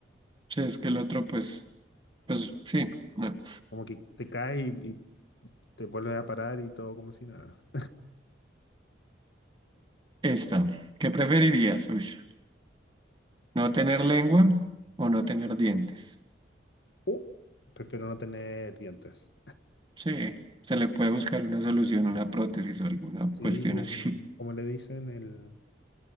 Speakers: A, on the right (about 25°); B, on the left (about 70°).
A: Si es que el otro, pues, pues sí, no.
B: Como que te caes y, y te vuelves a parar y todo como si nada.
A: Esta, ¿qué preferirías, Ush? ¿No tener lengua o no
B: <laughs>
A: tener dientes?
B: Uh, prefiero no tener dientes.
A: Sí, se le puede buscar una solución, una
B: Sí,
A: prótesis o alguna
B: sí,
A: cuestión
B: un-
A: así. <laughs>
B: ¿cómo le dicen? El,